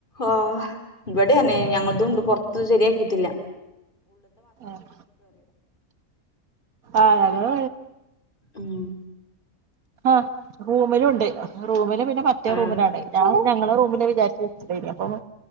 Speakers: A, on the left; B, on the right.
A: ആഹ് ഇവിടെയന്നെ ഞങ്ങളതുണ്ട് പൊറത്ത് ശരിയാക്കിട്ടില്ല
B: ആഹ ആ അതോ
A: ഉം
B: ആഹ റൂമിലുണ്ട് റൂമിൽ പിന്നെ മറ്റേ
A: ആഹ്
B: റൂമിലാണ് ഞൻ ഞങ്ങള റൂമില് വിചാരിച്ച വെച്ചദയിനി അപ്പം